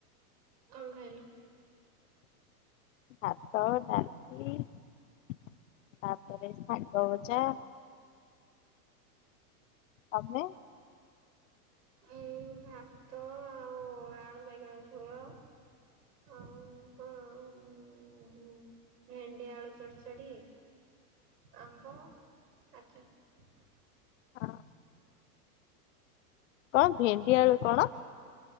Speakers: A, on the right (about 85°); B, on the left (about 55°).
A: କଣ ଖାଇଲୁ।
B: ଭାତ ଡାଲଛି ତାପରେ ଶାଗ ଞ୍ଚ। ଆମେ
A: ଉଁ ଭାତ ଆଉ ଆଳୁ ବାଇଗଣ ଝୋଳ ଆଉ କଣ ଉଁ ଭେଣ୍ଡି ଆଳୁ ଚଡ଼ଚଡ଼ି। ଆମ୍ବ ଆଚାର।
B: ହଁ। କଣ ଭେଣ୍ଡି ଆେଳୁ କଣ?